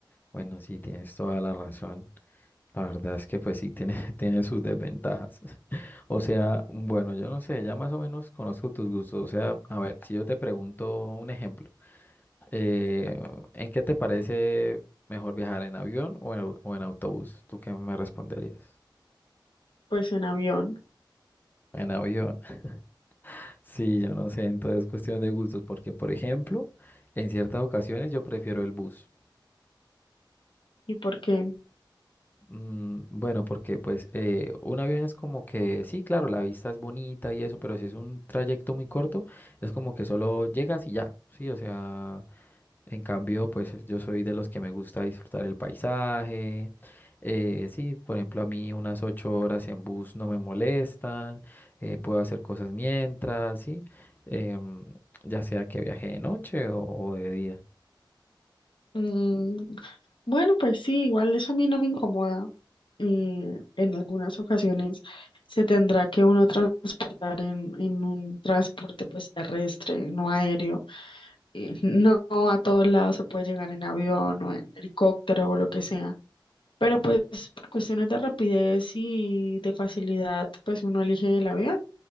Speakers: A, on the left; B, on the left.
A: Bueno, sí, tienes toda la razón. La verdad es que pues sí tiene, <laughs> tiene sus desventajas. <laughs> O sea, bueno, yo no sé, ya más o menos conozco tus gustos. O sea, a ver, si yo te pregunto un ejemplo, eh, ¿en qué te parece mejor viajar en avión o en, au- o en autobús? ¿Tú qué me responderías?
B: Pues en avión.
A: En avión. <laughs> Sí, yo no sé, entonces es cuestión de gustos, porque por ejemplo, en ciertas ocasiones yo prefiero el bus.
B: ¿Y por qué?
A: Mm, Bueno, porque pues eh, un avión es como que, sí, claro, la vista es bonita y eso, pero si es un trayecto muy corto, es como que solo llegas y ya, sí, o sea, en cambio, pues yo soy de los que me gusta disfrutar el paisaje, eh, sí, por ejemplo, a mí unas ocho horas en bus no me molestan, eh, puedo hacer cosas mientras, sí, em, ya sea que viaje de noche o o de día.
B: Mm, bueno, pues sí, igual eso a mí no me incomoda. Eh, en algunas ocasiones se tendrá que uno transportar en, en un transporte pues terrestre, no aéreo. Eh, <laughs> no, no a todos lados se puede llegar en avión o en helicóptero o lo que sea. Pero pues por cuestiones de rapidez y de facilidad, pues uno elige el avión.